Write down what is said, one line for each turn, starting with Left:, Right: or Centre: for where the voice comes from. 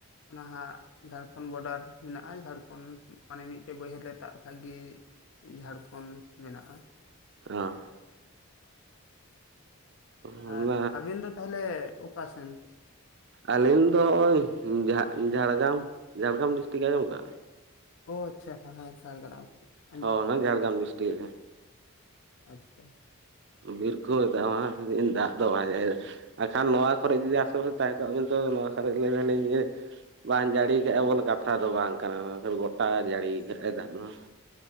Left: ᱼᱱᱷᱟᱜ ᱡᱷᱟᱲᱠᱷᱚᱸᱰ ᱵᱚᱰᱟᱨ ᱢᱮᱱᱟᱜᱼᱟ, ᱡᱷᱟᱲᱠᱷᱚᱸᱰ ᱢᱟᱱᱮ, ᱢᱤᱫᱴᱮᱡ ᱵᱟᱹᱭᱦᱟᱹᱲ ᱨᱮ, ᱫᱟᱜ ᱛᱟᱸᱜᱤᱡ ᱡᱷᱟᱲᱠᱷᱚᱸᱰ ᱢᱮᱱᱟᱜᱼᱟ ᱾
Right: ᱟᱸᱻ ᱾ ᱦᱚᱸ
Left: ᱟᱨ ᱟᱵᱤᱱ ᱫᱚ, ᱛᱟᱦᱞᱮ, ᱚᱠᱟ ᱥᱮᱱ?
Right: ᱟᱹᱞᱤᱧ ᱫᱚ, ᱱᱚᱜᱼᱚᱭ ᱡᱷᱟᱲᱜᱨᱟᱢ, ᱡᱷᱟᱲᱜᱨᱟᱢ ᱰᱤᱥᱴᱤᱠ ᱟᱸᱡᱚᱢ ᱟᱠᱟᱜᱼᱟᱢ?
Left: ᱚ ᱟᱪᱪᱷᱟ ᱾ ᱦᱟ ᱦᱟᱭᱸ ᱡᱷᱟᱲᱜᱨᱟᱢ ᱾
Right: ᱦᱚ ᱚᱱᱟ, ᱡᱷᱟᱲᱜᱨᱟᱢ ᱰᱤᱥᱴᱤᱠ ᱨᱮ ᱾
Left: ᱟᱪᱪᱷᱟ ᱾ <inaudible>
Right: ᱵᱤᱨᱨᱠᱷᱩ, ᱫᱟᱢᱟᱥ ᱫᱤᱱ ᱫᱟᱜ ᱫᱚ ᱟᱸᱡᱮᱫᱟᱭ ᱾ ᱟᱨ ᱠᱷᱟᱱ, ᱱᱚᱣᱟ ᱠᱷᱚᱨᱮᱡ ᱡᱟ <unintelligible> ᱡᱫᱤ ᱟᱥ ᱵᱚᱥ ᱛᱟᱦᱮᱵᱤᱱ ᱱᱚᱣᱟ ᱠᱷᱚᱨ <unintelligible> ᱵᱟᱝ ᱡᱟᱹᱲᱤᱭ ᱠᱟᱜᱼᱟ, ᱵᱚᱞᱮ ᱠᱟᱛᱷᱟ ᱫᱚ, ᱵᱟᱝ ᱠᱟᱱᱟ ᱾ ᱚᱱᱟ ᱫᱚ ᱜᱚᱴᱟ ᱡᱟᱹᱲᱤᱭ ᱟᱠᱟᱫᱟᱭ ᱫᱟᱜ ᱢᱟ ᱾